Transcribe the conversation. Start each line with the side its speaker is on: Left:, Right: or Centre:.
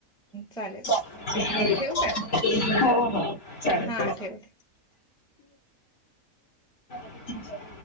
Centre: चालेल.
Left: हो
Centre: बरं ठेवू काय
Left: हो. चालेल
Centre: हा ठेव ते.
Left: हो